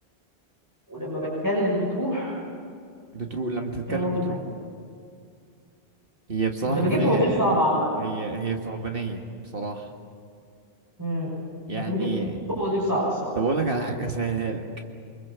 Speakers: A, on the right; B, on the right.
A: ولما بتكلم بتروح
B: بتروح لما تتكلم
A: يا راجل
B: بتروح
A: ده
B: هي بصراحة
A: انت بتجيب
B: فيها
A: فوازير صعبه عامه
B: هي هي ثعبانية بصراحة
A: امم
B: يعني
A: انت بتجيب فوازير صعبه الصراحه
B: طب اقول لك على حاجة اسهلها لك